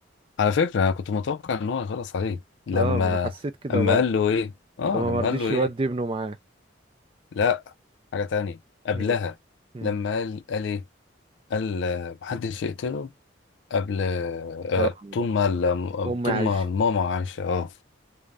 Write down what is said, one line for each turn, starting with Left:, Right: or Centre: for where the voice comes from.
Left: على فكره انا كنت متوقع ان هو يخلص عليه لما
Right: اه ما انا حسيت كده
Left: اما
Right: برضه
Left: قال له ايه اه
Right: لما
Left: لما
Right: مرضيش
Left: قال له ايه
Right: يودي ابنه معاه
Left: لا حاجه تانية قبلها
Right: ايه مم.
Left: لما قال قال ايه قال آه، محدش يقتله قبل آه،
Right: اه مم.
Left: طول ما الم-
Right: امي
Left: طول
Right: عايشه
Left: ما الماما عايشة اه